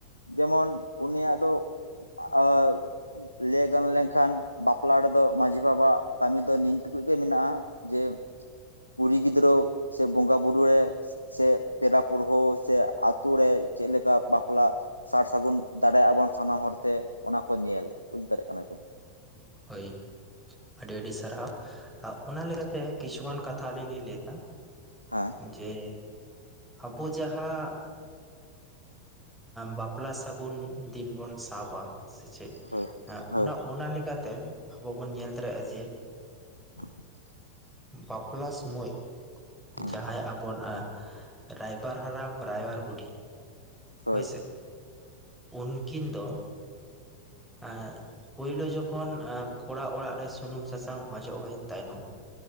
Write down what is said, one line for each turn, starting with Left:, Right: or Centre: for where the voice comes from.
Left: ᱡᱮᱢᱚᱱ ᱩᱱᱤᱭᱟᱜ ᱫᱚ <unintelligible> ᱞᱟᱹᱭ ᱜᱟᱱ ᱞᱮᱱᱠᱷᱟᱱ ᱵᱟᱯᱞᱟ ᱨᱮᱫᱚ ᱢᱟᱺᱡᱷᱤ ᱵᱟᱵᱟᱣᱟᱜ ᱠᱟᱹᱢᱤ ᱫᱚ ᱱᱤᱱ ᱴᱩᱠᱩᱡ ᱜᱮ ᱢᱮᱱᱟᱜᱼᱟ᱾ ᱡᱮ ᱠᱩᱲᱤ ᱜᱤᱫᱽᱨᱳ ᱥᱮ ᱵᱚᱸᱜᱟ ᱵᱩᱨᱩ ᱨᱮ ᱥᱮ ᱯᱮᱲᱟ ᱯᱳᱲᱦᱳ ᱥᱮ ᱟᱛᱳ ᱨᱮ ᱪᱮᱜ ᱞᱮᱠᱟ ᱵᱟᱯᱞᱟ ᱥᱟᱨ ᱥᱟᱹᱜᱩᱱ ᱫᱟᱲᱮᱭᱟᱜ ᱟᱵᱚᱱ ᱥᱟᱱᱟᱢ ᱦᱚᱲᱛᱮ ᱚᱱᱟ ᱠᱚ ᱧᱮᱞ ᱵᱩᱡ ᱫᱟᱲᱮᱭᱟᱜ ᱠᱟᱱᱟᱵᱤᱱ
Centre: ᱦᱳᱭ ᱟᱹᱰᱤ ᱟᱹᱰᱤ ᱥᱟᱨᱦᱟᱣ ᱚᱱᱟ ᱞᱮᱠᱟᱛᱮ ᱠᱤᱪᱷᱩᱜᱟᱱ ᱠᱟᱛᱷᱟ ᱟᱹᱞᱤᱧ ᱞᱤᱧ ᱞᱟᱹᱭᱮᱫᱟ᱾
Left: ᱦᱮᱸ
Centre: ᱡᱮ ᱟᱵᱚ ᱡᱟᱦᱟᱸ ᱵᱟᱯᱞᱟ ᱥᱟᱹᱜᱩᱱ ᱫᱤᱱ ᱵᱚᱱ ᱥᱟᱵ-ᱟ᱾ ᱥᱮ ᱪᱮᱜ
Left: ᱦᱳᱭ
Centre: ᱦᱮᱸ
Left: ᱦᱳᱭ
Centre: ᱚᱱᱟ ᱚᱱᱟ ᱞᱮᱠᱟᱛᱮ ᱟᱵᱚ ᱵᱚᱱ ᱧᱮᱞ ᱫᱟᱲᱮᱭᱟᱜᱼᱟ ᱡᱮ
Left: <inaudible>
Centre: ᱵᱟᱯᱞᱟ ᱥᱚᱢᱚᱭ
Left: ᱦᱳᱭ
Centre: ᱡᱟᱦᱟᱸᱭ ᱟᱵᱚᱱ ᱟᱺ ᱨᱟᱭᱵᱟᱨ ᱦᱟᱨᱟᱢ ᱨᱟᱭᱵᱟᱨ ᱵᱩᱰᱷᱤ
Left: ᱦᱳᱭ
Centre: ᱦᱳᱭᱥᱮᱜ ᱩᱱᱠᱤᱱ ᱫᱚ ᱟᱺ ᱯᱳᱭᱞᱩ ᱡᱚᱠᱷᱚᱱ ᱟᱺ ᱠᱚᱲᱟ ᱚᱲᱟᱜ ᱨᱮ ᱥᱩᱱᱩᱢ ᱥᱟᱥᱟᱝ ᱚᱡᱚᱜ ᱦᱩᱭᱮᱱ ᱛᱟᱭᱱᱚᱢ